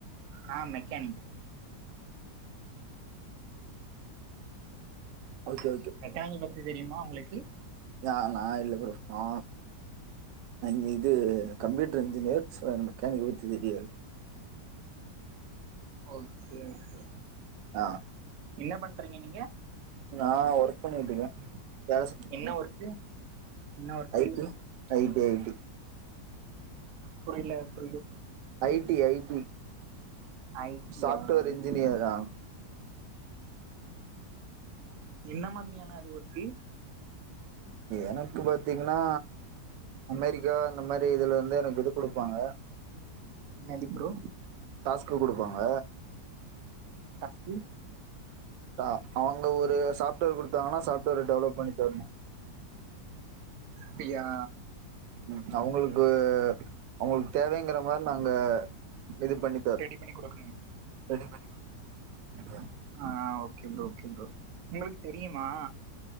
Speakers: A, on the right; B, on the right.
A: நா மெக்கானிக்
B: ஓகே ஓகே
A: ரெட்டேங்கில் பத்தி தெரியுமா உங்களுக்கு
B: நா நா இல்ல ப்ரோ நா ந இது கம்ப்யூட்டர் இன்ஜினேயர் சோ மெக்கானிக்க பத்தி தெரியாது
A: ஓகே ஓகே
B: ஆ
A: என்ன பண்றீங்க நீங்க
B: நான் ஒர்க் பண்ணிட்டு இருக்கேன் வேலை செஞ்சிட்டு
A: என்ன
B: இருக்கேன்
A: ஒர்க்கு என்ன work
B: I T I T I T
A: புரியல புரியல
B: IT IT
A: I T
B: software
A: yeah I
B: இன்ஜினியராரா
A: T yeah என்ன மாதிரியான அது ஒருக்கு
B: எனக்கு பாத்தீங்கன்னா அமெரிக்கா இந்த மாதிரி இதுல இருந்து எனக்கு இது கொடுப்பாங்க
A: என்னது இப்பறோ
B: டாஸ்க்கு கொடுப்பாங்க
A: ம்
B: டா அவுங்க ஒரு சாஃப்ட்வேர் குடுத்தாங்கனா சாஃப்ட்வேர டெவலப் பண்ணித் தர்ணு
A: பியா
B: ம் அவுங்குளுக்கு அவுங்குளுக்கு தேவைங்கிற மார் நாங்க இது பண்ணி தர
A: ரெடி பண்ணி குடுக்கணுங்
B: ரெடி பண்ணி குடு <unintelligible>
A: ஆ ஓகே ப்ரோ ஓகே ப்ரோ உங்ளுக்கு தெரியுமா